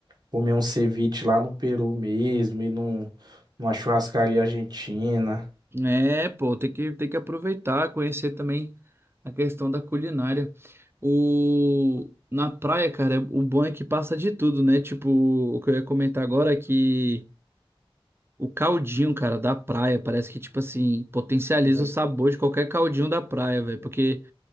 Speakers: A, on the right; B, on the right.
A: comer um ceviche lá no Peru mesmo e num, numa churrascaria argentina.
B: É, pô, tem que, tem que aproveitar, conhecer também a questão da culinária. O... Na praia, cara, o bom é que passa de tudo, né? Tipo, o que eu ia comentar agora é que o caldinho, cara, da praia, parece que, tipo assim, potencializa
A: É,
B: o sabor de qualquer caldinho da praia, velho. Porque,